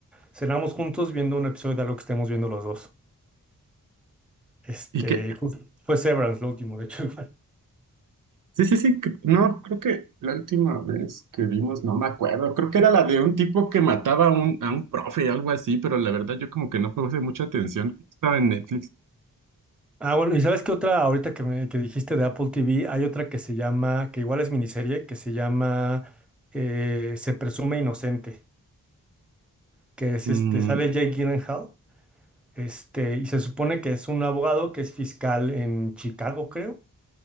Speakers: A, in the centre; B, on the right.
A: cenamos juntos viendo un episodio de algo que estemos viendo los dos. Este,
B: Y que,
A: jus- fue Severance lo último, de hecho, <laughs> igual.
B: Sí, sí, sí, cre- no, creo que la última vez que vimos, no me acuerdo, creo que era la de un tipo que mataba a un, a un profe, algo así, pero la verdad yo como que no puse mucha atención, estaba en Netflix.
A: Ah, bueno, y sabes qué otra, ahorita que me que dijiste de Apple TV, hay otra que se llama, que igual es miniserie, que se llama eh, Se presume inocente. que es
B: Mm,
A: este, sale Jake Gyllenhaal, este, y se supone que es un abogado que es fiscal en Chicago, creo,